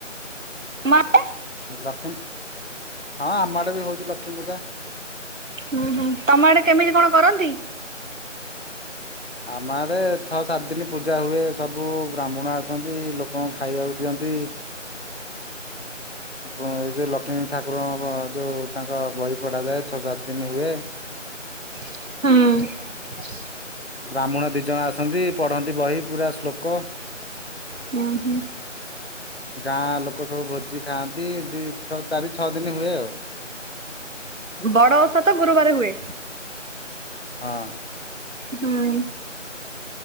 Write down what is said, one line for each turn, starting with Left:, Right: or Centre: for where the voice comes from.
Right: ମ। <unintelligible>
Left: ଲକ୍ଷ୍ମୀ ହଁ ଆମ ଆଡେ ବି ହଉଛି ଲକ୍ଷ୍ମୀ ପୂଜା।
Right: ହୁଁ ହୁଁ ତମେ ଆଡେ କେମିତି କଣ କରନ୍ତି?
Left: ଆମ ଆଡେ ଛଅ ସାତ ଦିନ ପୂଜା ହୁଏ ସବୁ ବ୍ରାହ୍ମଣ ଆସନ୍ତି ଲୋକଙ୍କୁ ଖାଇବାକୁ ଦିଅ ତି। ଅ ଏ ଯୋଉ ଲକ୍ଷ୍ମୀ ଠାକୁରଙ୍କ ଯୋଉ ତାଙ୍କ ବହି ପଢାଯାଏ ଛଅ ସାତ ଦିନ ହୁଏ। ହୁଁ
Right: ହୁଁ।
Left: ବ୍ରାହ୍ମଣ ଦି ଜଣ ଆସନ୍ତି ପଢ଼ନ୍ତି ବହି ପୁରା ଶ୍ଲୋକ।
Right: ହୁଁ ହୁଁ।
Left: ଗାଁ ଲୋକ ସବୁ ଭୋଜି ଖାଆନ୍ତି ଦି ଛ ଚାରି ଛଅ ଦିନି ହୁଏ ଆଉ।
Right: ବଡ ଓଷା ତ ଗୁରୁବାରେ ହୁଏ।
Left: ହଁ।
Right: ହୁଁ।